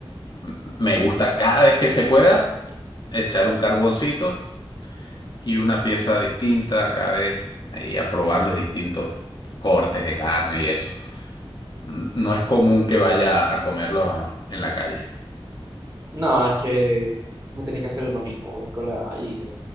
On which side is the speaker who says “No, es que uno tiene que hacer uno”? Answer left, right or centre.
Right